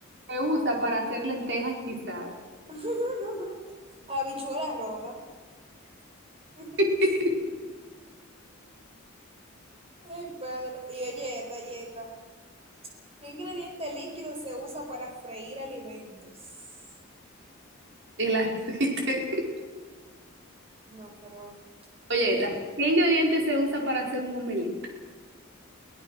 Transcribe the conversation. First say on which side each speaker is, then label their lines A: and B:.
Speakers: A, on the right; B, on the right.
A: se usa para hacer lentejas guisadas?
B: <laughs> Habichuela roja. <laughs>
A: <laughs>
B: Ay, padre. Y oye, esta, y esta. ¿Qué ingrediente líquido se usa para freír alimentos?
A: El aceite. <laughs>
B: No, pero
A: Oye, ¿ta- ¿qué ingrediente se usa para hacer un omelette?